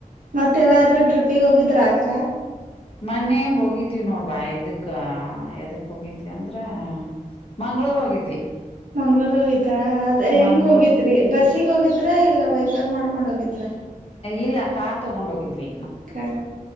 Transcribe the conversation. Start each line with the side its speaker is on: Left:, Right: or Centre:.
Right: ಮತ್ತೆ ಎಲ್ಲಾದ್ರೂ ಟ್ರಿಪ್. ನೀವು ಹೋಗಿದ್ರಾ ಅಕ್ಕ.
Left: ಮೊನ್ನೆ ಹೋಗಿದ್ವಿ ನೋಡ್ವಾ ಇದಕ್ಕ ಎದಕ್ ಹೋಗಿದ್ವಿ ಅಂದ್ರ ಮಂಗ್ಗಳೂರ್ ಹೋಗಿದ್ವಿ.
Right: ಮಂಗ್ಳೂರ್ ಹೋಗಿದ್ರ ಅದ ಹೆಂಗ
Left: ಮಂಗ್ಳೂರ್
Right: ಹೋಗಿದ್ರಿ ಬಸ್ಸಗ್ ಹೋಗಿದ್ರ ಇಲ್ಲ ವೆಹಕಲ್ ಮಾಡ್ಕ. <unintelligible> ಹೋಗಿದ್ರೆ
Left: ಇಲ್ಲ ಕಾರ್ ತಗೊಂಡೋಗಿದ್ವಿ.
Right: ಕಾರ್